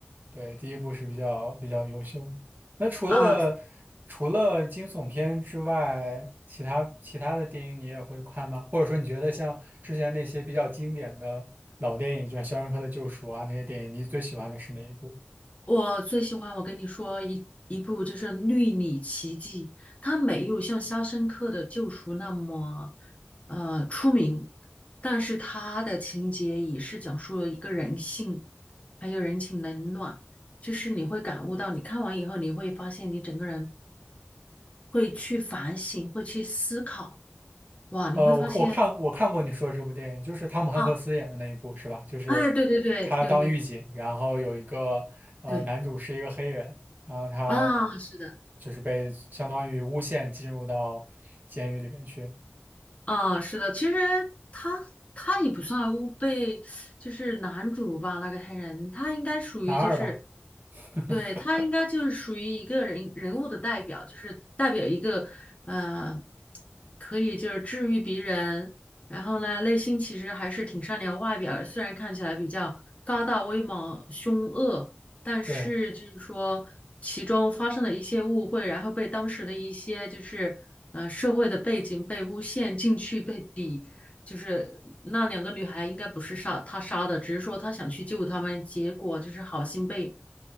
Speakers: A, on the right; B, on the left.
A: 对，第一部是比较比较优秀的那除了除了惊悚片之外，
B: 啊。
A: 其他其他的电影你也会看吗？或者说你觉得像之前那些比较经典的老电影，就像《肖申克的救赎》啊那些电影，你最喜欢的是哪一部？
B: 我最喜欢，我跟你说一一部就是《绿里奇迹》，它没有像《肖申克的救赎》那么呃出名，但是它的情节也是讲述了一个人性，还有人情冷暖，就是你会感悟到，你看完以后你会发现你整个人会去反省，会去思考，哇，你会发现
A: 呃，我我看我看过你说的这部电影，就是汤姆汉克斯演的那一部，
B: 啊，
A: 是吧？就是
B: 哎，对对对对对
A: 他当狱警，然后有一个呃男主是一个黑人，
B: 对
A: 然后他
B: 啊，是的。
A: 就是被相当于诬陷进入到监狱里面去，
B: 啊，是的，其实他他也不算欧被，就是男主吧，那个黑人，他应该属于就是，
A: 男二吧？<laughs>
B: 对，他应该就是属于一个人人物的代表，就是代表一个呃，可以就是治愈别人，然后呢，内心其实还是挺善良，外表虽然看起来比较高大威猛、凶恶。但是就是说其中发生了一些误会，
A: 对。
B: 然后被当时的一些就是呃社会的背景被诬陷进去被抵，就是那两个女孩应该不是杀他杀的，只是说他想去救他们，结果就是好心被